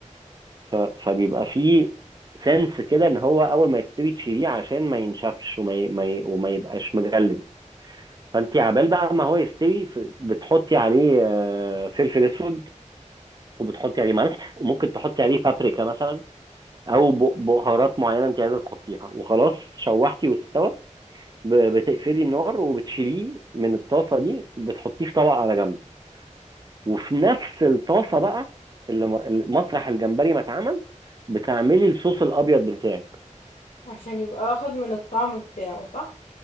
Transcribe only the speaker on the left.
عشان يبقى واخد من الطعم بتاعه صح